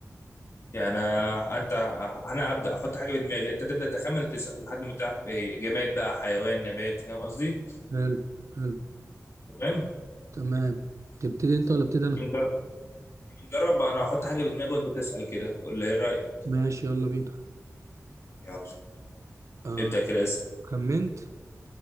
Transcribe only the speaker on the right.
حلو حلو
تمام تبتدي انت ولا ابتدي انا
ماشي يلا بينا
آه
خمنت